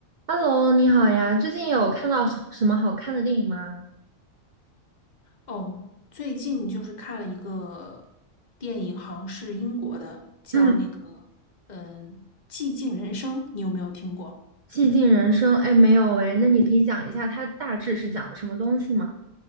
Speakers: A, on the right; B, on the left.
A: Hello，你好呀，最近有看到什什么好看的电影吗？
B: 哦，最近就是看了一个电影，好像是英国的，叫那个嗯《寂静人生》，
A: 嗯
B: 你有没有听过？
A: 《寂静人生》哎，没有哎，那你可以讲一下它大致是讲了什么东西吗？